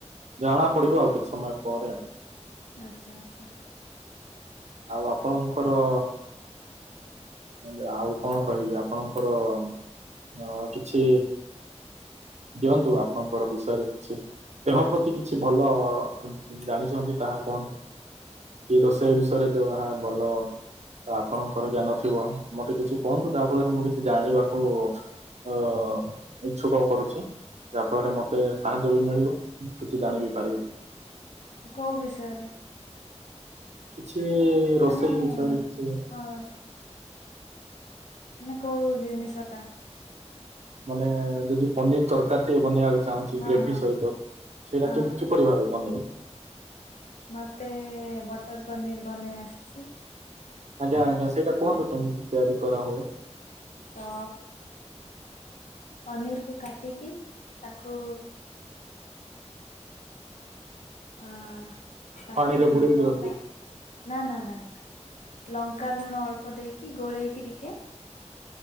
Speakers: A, on the right; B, on the left.
A: ଜଣା ପଡିବ ଆଉ କିଛି ସମୟ ପରେ ଆଉ।
B: ଆଛା ଆଛା।
A: ଆଉ ଆପଣଙ୍କର ନହେଲେ ଆଉ କଣ କହିବି ଆପଣଙ୍କର ହଁ କିଛି ଦିଅନ୍ତୁ ଆପଣଙ୍କର ବିଷୟରେ କିଛି। ଦେହ ପ୍ରତି କିଛି ଭଲ ଜାଣିଛନ୍ତି ତାହା କୁହନ୍ତୁ। କି ରୋଷେଇ ବିଷୟରେ ଯୋଉ ଯାହା ଭଲ ଆପଣଙ୍କର ଜ୍ଞାନ ଥିବ ମତେ କିଛି କୁହନ୍ତୁ ଯାହା ଫଳରେ ମୁଁ କିଛି ଜାଣିବାକୁ ଅ ଇଛୁକ କରୁଛି। ଯାହା ଫଳରେ ମତେ ସାହାଯ୍ୟ ବି ମିଳିବ କିଛି ଜାଣିବିି ପାରିବି।
B: କୋଉ ବିଷୟରେ?
A: କିଛି ରୋଷେଇ
B: ମାନେ
A: ଜିନିଷରେ କିଛି
B: ହଁ ମାନେ କୋଉ ଜିନିଷ ଟା?
A: ମାନେ ଯଦି ପନିର ତରକାରୀ ଟିକେ ବନେଇବାକୁ ଚାହୁଁଛି
B: ହଁ
A: ଗ୍ରେଭି
B: ହଁ
A: ସହିତ ସେଇଟା
B: ହଁ
A: କେମତି ପରି ଭାବେ ବନେଇବି।
B: ମତେ ବଟର ପନିର୍ ବନେଇ ଆସିଛି।
A: ଆଜ୍ଞା ଆଜ୍ଞା ସେଇଟା କୁହନ୍ତୁ କେମିତି ତିଆରି କରା ହୁଏ?
B: ତ ପନିର କୁ କାଟିକି ତାକୁ ଆ ତାକୁ
A: ପାଣିରେ ବୁଡେଇକି
B: ଲଙ୍କା
A: ରଖିବି
B: ନା ନା ନା ନା ଲଙ୍କା ଲୁଣ ଅଳ୍ପ ଦେଇକି ଗୋଳେଇକି ଟିକେ